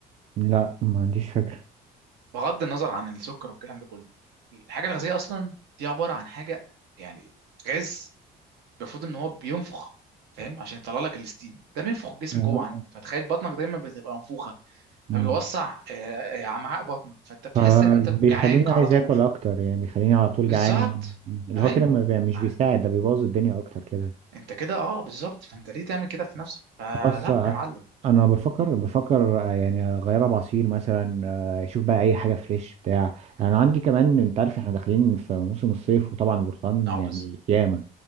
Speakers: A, on the right; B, on the right.
A: لا ما عنديش فكره
B: بغض النظر عن السكر والكلام ده كله الحاجه الغازيه اصلا دي عباره عن حاجه يعني غاز المفروض ان هو بينفخ فاهم عشان يطلع لك الستيم ده بينفخ الجسم
A: آه.
B: جوه عندك فتخيل بطنك دايما بتبقى منفوخه
A: مم.
B: فبيوسع آه، آه، امعاء بطنك فانت بتحس
A: فبيخليني
B: ان انت جعان
A: عايز
B: على طول
A: اكل اكتر يعني بيخليني على طول
B: بالظبط
A: جعان و- اللي
B: ايوه
A: هو كده ما بي- مش
B: آه.
A: بيساعد ده بيبوظ الدنيا اكتر كده
B: انت كده اه بالظبط فانت ليه تعمل كده في نفسك فلا
A: خلاص آه،
B: يا معلم
A: انا بفكر بفكر آه، يعني اغيرها بعصير مثلا آه، اشوف بقى اي حاجه فريش بتاع انا عندي كمان انت عارف احنا داخلين في موسم الصيف وطبعا البرتقال
B: اه
A: يعني
B: بز
A: ياما